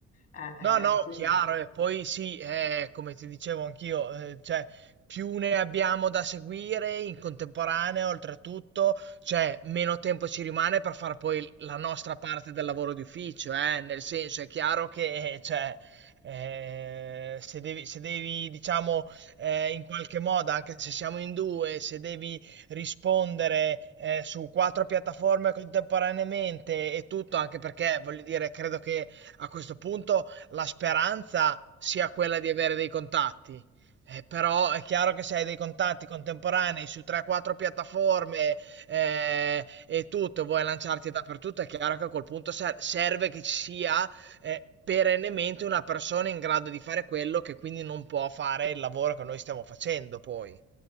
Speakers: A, on the left (about 50°); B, on the right (about 40°).
A: Eh,
B: No, no,
A: eh, quin
B: chiaro, e poi sì, eh, come ti dicevo anch'io, eh, cioè, più ne abbiamo da seguire in contemporanea, oltretutto, cioè, meno tempo ci rimane per fare poi la nostra parte del lavoro di ufficio, eh, nel senso, è chiaro che, eh, cioè, eh, se devi, se devi, diciamo, eh, in qualche modo, anche se siamo in due, se devi rispondere eh, su quattro piattaforme contemporaneamente e tutto, anche perché, voglio dire, credo che a questo punto la speranza sia quella di avere dei contatti. Eh, però è chiaro che se hai dei contatti contemporanei su 3-4 piattaforme eh, e tutto, vuoi lanciarti dappertutto, è chiaro che a quel punto ser- serve che ci sia eh, perennemente una persona in grado di fare quello che quindi non può fare il lavoro che noi stiamo facendo poi.